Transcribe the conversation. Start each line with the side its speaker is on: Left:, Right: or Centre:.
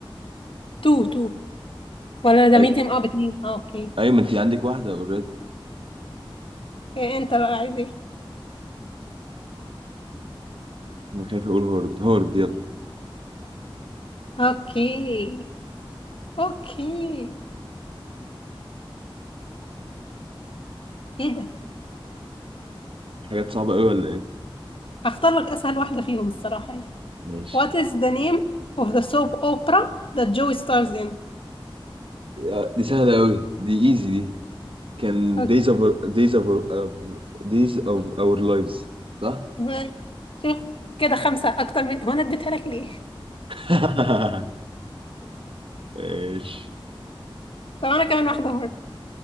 Left: 2 2 ولا ده
Right: أي...
Left: medium اه باتنين اه اوكي
Right: ايوه ما انت عندك واحده اوريدي
Left: إيه انت بقى عايز ايه
Right: انا خايف اقول هورد هورد يلا
Left: اوكي اوكي ايه ده
Right: حاجات صعبه قوي ولا ايه
Left: اختار لك اسهل واحده فيهم الصراحه يعني
Right: ماشي
Left: What is the name of the soap opera that Joey stars in?
Right: آه، دي سهله قوي دي ايزي دي كان
Left: أوكي.
Right: days of days of of- days of our lives صح
Left: مم. شوف كده خمسة أكتر من هو أنا اديتها لك ليه؟
Right: <laughs> ماشي
Left: طب أنا كمان واحدة برضه